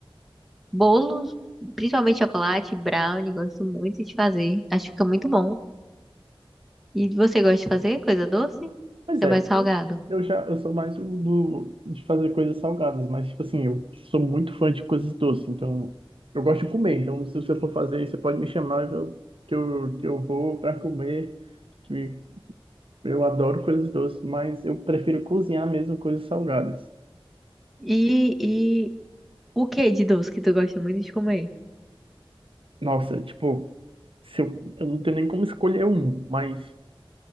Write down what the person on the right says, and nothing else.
Pois
é,
eu, eu já eu sou mais o do de fazer coisas salgadas, mas tipo assim, eu sou muito fã de coisas doces, então eu gosto de comer, então se você for fazer, você pode me chamar que eu, que eu, que eu vou para comer, que eu adoro coisas doces, mas eu prefiro cozinhar mesmo coisas salgadas.
Nossa, tipo, se eu, eu não tenho nem como escolher um, mas